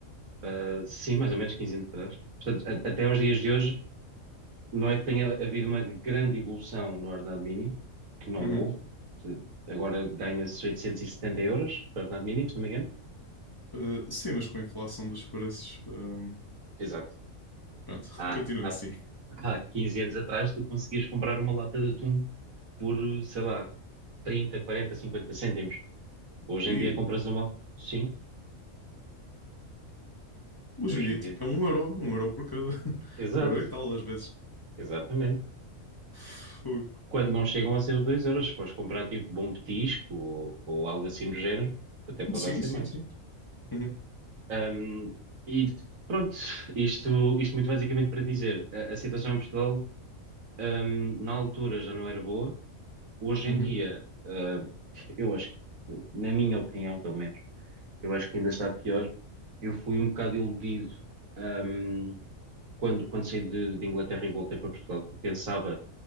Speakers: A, on the right (about 85°); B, on the left (about 15°).
A: eh, sim, mais ou menos 15 anos atrás. Portanto, a- até aos dias de hoje Não é que tenha havido uma grande evolução no ordenado mínimo, que não
B: Uhum.
A: houve. Se- Agora ganha-se 870 euros por ordenado mínimo, se não me engano.
B: Uh, sim, mas com a inflação dos preços, um,
A: Exato.
B: pronto,
A: Há,
B: <laughs> continua
A: há,
B: assim.
A: há 15 anos atrás tu conseguias comprar uma lata de atum por, sei lá, 30, 40, 50 cêntimos. Hoje
B: E
A: em dia compras uma... Sim,
B: hoje
A: hoje
B: em dia,
A: em dia.
B: tipo, é um euro, um euro por cada. <laughs>
A: Exato,
B: Um euro e tal, às vezes.
A: exatamente.
B: Fogo.
A: Quando não chegam a ser os 2 euros, se fores comprar tipo bom petisco ou, ou algo assim do género, até poderá
B: Sim,
A: ser
B: sim,
A: mais.
B: sim. Uhum,
A: Um, e pronto, isto, isto muito basicamente para dizer, a, a situação em Portugal, um, na altura já não era boa, hoje
B: uhum,
A: em dia, uh, eu acho, que- eu- na minha opinião, pelo menos, eu acho que ainda está pior. Eu fui um bocado iludido, um, quando, quando saí de, de Inglaterra e voltei para Portugal, porque pensava